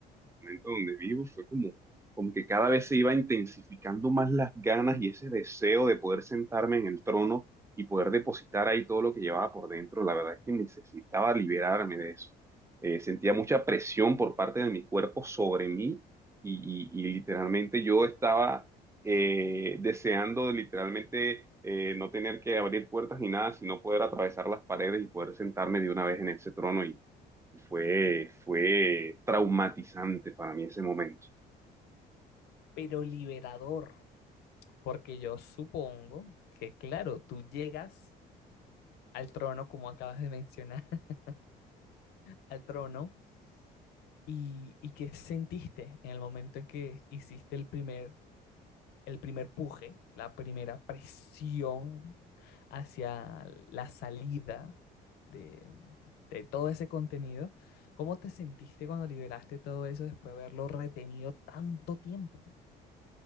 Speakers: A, on the right (about 15°); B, on the left (about 75°).
A: momento donde vivo fue como, como que cada vez se iba intensificando más las ganas y ese deseo de poder sentarme en el trono y poder depositar ahí todo lo que llevaba por dentro. La verdad es que necesitaba liberarme de eso. Eh, sentía mucha presión por parte de mi cuerpo sobre mí y, y- y literalmente yo estaba eh, deseando literalmente eh, no tener que abrir puertas ni nada, sino poder atravesar las paredes y poder sentarme de una vez en ese trono y fue, fue traumatizante para mí ese momento.
B: pero liberador, porque yo supongo que, claro, tú llegas al trono, como acabas de mencionar, <laughs> al trono, y, y qué sentiste en el momento en que hiciste el primer el primer puje, la primera presión hacia la salida de, de todo ese contenido, ¿cómo te sentiste cuando liberaste todo eso después de haberlo retenido tanto tiempo?